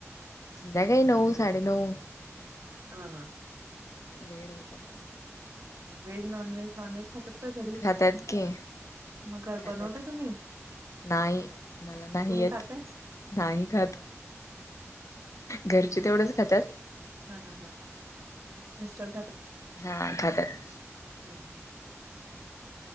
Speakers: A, on the left; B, on the right.
A: संध्याकाळी नऊ -साडे नऊ.
B: ह ह
A: वेळ होतय
B: veg -non veg, non veg खातात काय घरी
A: खात्यात की
B: मग, काय
A: खात्यात
B: बनवताय तुम्ही?
A: नाही मला नाही
B: तुम्ही
A: येत,
B: खाताय?
A: नाही खात. घरची तेवढच खातात,
B: हा हा हा. मिस्टर
A: हा खात्यात.
B: हम हम